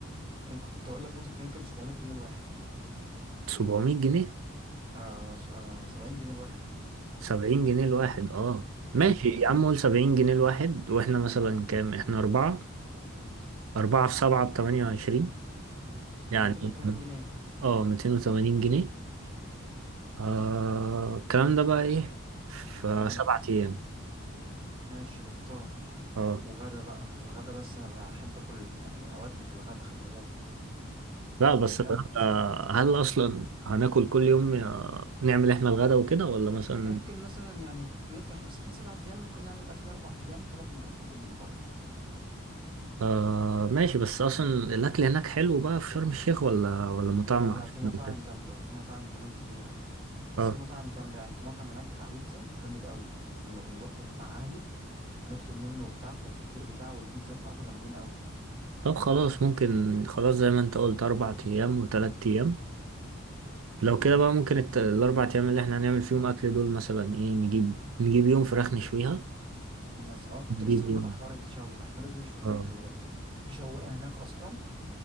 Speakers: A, on the right; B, on the right.
A: ممكن كنت اقول لك مثلا ممكن 700 جنيه الواحد
B: سبعمية جنيه
A: آه, س- آه 70 جنيه الواحد
B: سبعين جنيه الواحد اه ماشي
A: اه
B: يا عم قول سبعين جنيه الواحد واحنا مثلا كام احنا اربعة اربعة في سبعة بتمانية وعشرين يعني
A: انا 280 جنيه
B: اه ميتين وتمانين جنيه آه الكلام ده بقى ايه في
A: امم
B: سبعة ايام
A: ماشي ده فطار
B: اه
A: وغدا بقى الغدا بس انا بحب اكل يعني اودي في الغدا خلي بالك
B: لا بس
A: بجد
B: الغدا هل اصلا هناكل كل يوم آه، نعمل احنا الغدا وكده ولا مثلا
A: ممكن مثلا يعني ممكن احنا مسافرين سبعة ايام ممكن نعمل الاكل اربع ايام وثلاث مرات ناكل من بره مثلا
B: آه ماشي بس اصلا الاكل هناك حلو بقى في شرم الشيخ ولا ولا مطعم
A: لا
B: معفن
A: لا في مطاعم
B: وكده
A: جامدة وفي مطاعم كمان كبيرة بس
B: اه
A: في مطاعم جامدة يعني في مطعم هناك بتاع بيتزا جامد قوي لما بنروح بط- مع أهلي بنطلب منه وبتاع فالفطير بتاعه والبيتزا بتاعته جامدين قوي
B: طب خلاص ممكن خلاص زي ما انت قلت اربع ايام وتلات ايام لو
A: مم.
B: كده بقى ممكن الت... الاربع ايام اللي احنا هنعمل فيهم اكل دول مثلا ايه نجيب نجيب يوم فراخ نشويها
A: بس اه كنت
B: نجيب
A: لسه اقول
B: يوم
A: لك على حوار الشوي ده احنا لازم نشوي هناك
B: اه
A: خلي بالك في شوايه هناك اصلا